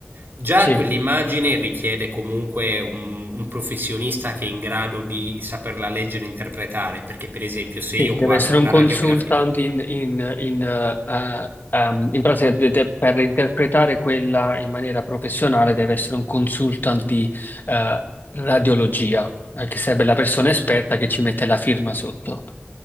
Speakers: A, on the right (about 60°); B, on the left (about 50°).
A: Già
B: Sì.
A: quell'immagine richiede comunque un, un professionista che è in grado di saperla leggere e interpretare, perché per esempio se
B: Sì,
A: io
B: deve
A: guardo
B: essere
A: una
B: un consultant
A: radiografia,
B: in, in- in, eh, eh, ehm, in pratica de- de- per interpretare quella in maniera professionale deve essere un consultant di eh, radiologia, eh, che sarebbe la persona esperta che ci mette la firma sotto.